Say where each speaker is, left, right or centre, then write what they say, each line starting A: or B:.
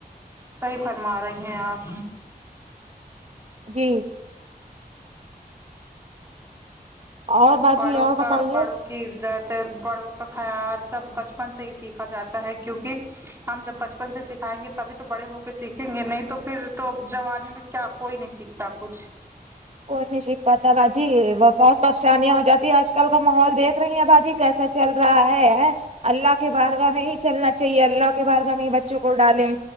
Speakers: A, on the right; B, on the right.
A: ہی فرما رہی ہیں آپ
B: جی اور باجی
A: بڑوں
B: اور بتائیے
A: کا بڑوں کی عزت بڑوں کا خیال سب بچپن سے ہی سیکھا جاتا ہے کیونکہ ہم جب بچپن سے سکھائیں گے تبھی تو بڑے ہو کے سیکھیں گے نہیں تو پھر تو جوانی میں کیا کوئی نہیں سیکھتا کچھ
B: کوئی نہیں سیکھ پاتا باجی بہت پریشانیاں ہو جاتی ہے آج کل کا ماحول دیکھ رہی ہیں باجی کیسا چل رہا ہے اللہ کے بارگاہ میں ہی چلنا چاہیے اللہ کے بارگاہ میں ہی بچوں کو ڈالیں